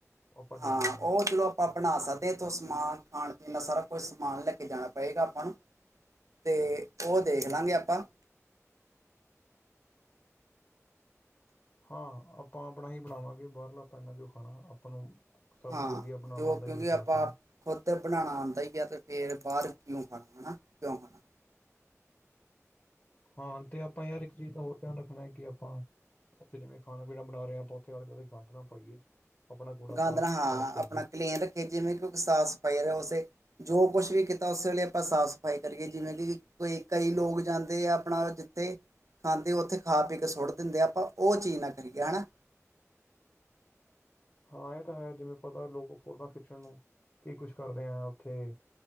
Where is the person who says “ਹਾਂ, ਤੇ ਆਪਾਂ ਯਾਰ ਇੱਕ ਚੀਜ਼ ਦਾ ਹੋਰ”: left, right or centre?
Left